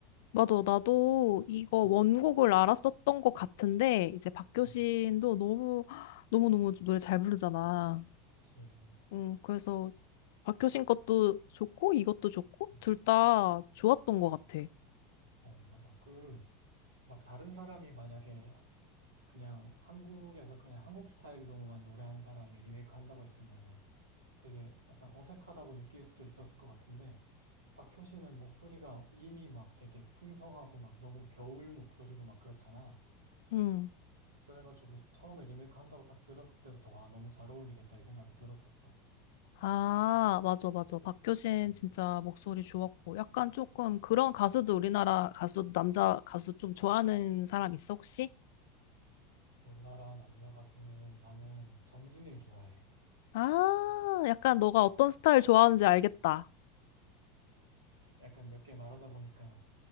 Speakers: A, on the left (about 60°); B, on the right (about 75°).
A: 맞아 나도 이거 원곡을
B: 음,
A: 알았었던 것 같은데 이제 박효신도
B: 음,
A: 너무 너무너무 노래 잘 부르잖아
B: 그치.
A: 음 그래서 박효신 것도 좋고 이것도 좋고
B: 음,
A: 둘 다 좋았던 것 같아
B: 어, 맞아. 그, 막 다른 사람이 만약에 그냥 한국에서 그냥 한국 스타일로만 노래하는 사람이 리메이크 한다고 했으면은 되게 약간 어색하다고 느낄 수도 있었을 것 같은데 박효신은 목소리가 이미 막 되게 풍성하고 막 너무 겨울 목소리고 막 그렇잖아.
A: 음
B: 그래가지고 처음에 리메이크 한다고 딱 들었을 때부터 와 너무 잘 어울리겠다 이 생각이 들었었어.
A: 아, 맞아, 맞아. 박효신
B: 음.
A: 진짜 목소리 좋았고. 약간 조금 그런 가수도 우리나라 가수, 남자 가수 좀 좋아하는 사람 있어, 혹시?
B: 우리나라 남자 가수는 나는 정준일 좋아해.
A: 아, 약간 너가 어떤 스타일 좋아하는지 알겠다.
B: 약간 몇 개 말하다 보니까